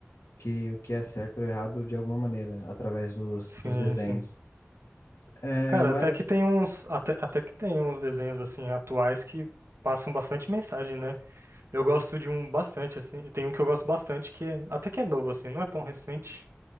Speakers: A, on the left; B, on the right.
A: que o que é certo ou errado de alguma maneira, através dos,
B: sim.
A: dos desenhos.
B: sim.
A: É,
B: Cara,
A: mas.
B: até que tem uns, até, até que tem uns desenhos assim atuais que passam bastante mensagem, né? Eu gosto de um bastante assim. Tem um que eu gosto bastante que é, até que é novo assim, não é tão recente,